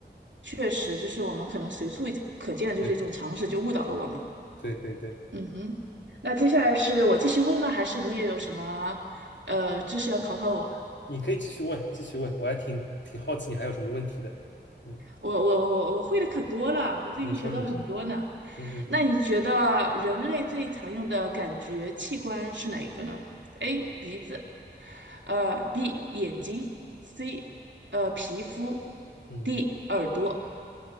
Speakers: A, on the right; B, on the left.
A: 确实就是我们可能随处可见的就是一种常识，
B: 对
A: 就误导了我们。
B: 对对对，
A: 嗯哼，那接下来是我继续问呢，还是你也有什么呃知识要考考我？
B: 你可以继续问，继续问，我还挺挺好奇你还有什么问题的。嗯，
A: 我我我我会的可多了，我最近学到了很多呢。
B: 你说你说，嗯嗯
A: 那你觉得人类最常用的感觉器官是哪一个呢？A. 鼻子，呃，B. 眼睛，C. 呃，皮肤
B: 嗯
A: ，D. 耳朵。